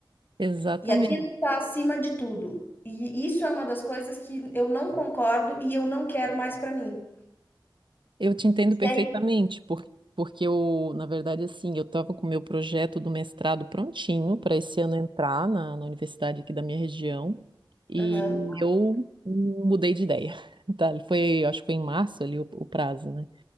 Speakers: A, on the right (about 70°); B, on the left (about 25°).
A: Exatamente.
B: E aquilo está acima de tudo. E isso é uma das coisas que eu não concordo e eu não quero mais para mim.
A: Eu te entendo perfeitamente,
B: E aí,
A: por- porque eu, na verdade, assim, eu estava com o meu projeto do mestrado prontinho para esse ano entrar na, na universidade aqui da minha região e
B: Aham.
A: eu mudei de ideia, <laughs> tá? Foi, acho que foi em março ali o, o prazo, né?